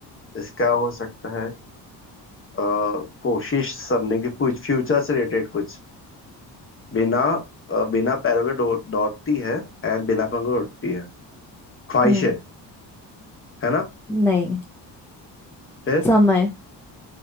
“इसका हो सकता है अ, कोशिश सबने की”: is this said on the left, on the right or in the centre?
Left